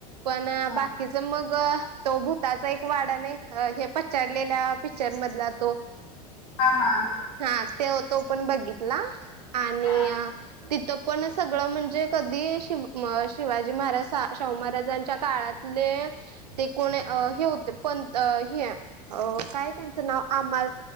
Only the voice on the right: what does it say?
पण
बाकीच मग तो भूताचा एक वाडा नाही हे पछाडलेल्या पिक्चर मधला तो
हा. त्यो तो पण बघितला आणि
तिथं पण सगळं म्हणजे कधी शि शिवाजी महाराज, शाहू महाराजांच्या काळात ले तिक कोणी हे होते पंत हे काय त्यांचं नाव आमल